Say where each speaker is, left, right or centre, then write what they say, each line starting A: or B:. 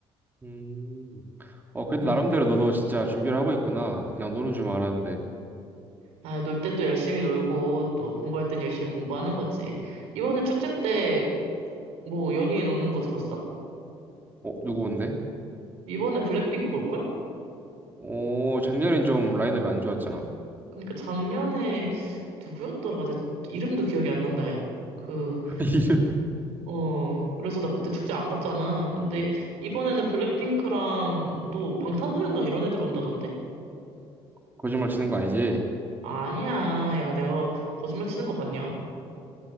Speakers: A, on the right; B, on the right.
A: 음. 어, 그래도
B: 음.
A: 나름대로 너도 진짜 준비를 하고 있구나. 그냥 노는 줄 알았는데.
B: 아, 놀 땐 또 열심히 놀고, 또 공부할 땐 열심히 공부하는 거지. 이번에 축제 때 뭐 연예인 오는 거 들었어?
A: 어, 누구 온대?
B: 이번에 블랙핑크 올걸?
A: 어, 작년엔 좀 라인업이 안 좋았잖아.
B: 그러니까 작년에 누구였더라? 내 이름도 기억이 안 난다, 야. 그,
A: <laughs> 이런.
B: 어, 그래서 나 그때 축제 안 갔잖아. 근데 이번에는 블랙핑크랑 또 방탄소년단 이런 애들 온다던데?
A: 거짓말 치는 거 아니지?
B: 아니야. 야, 내가 거짓말 치는 거 봤냐?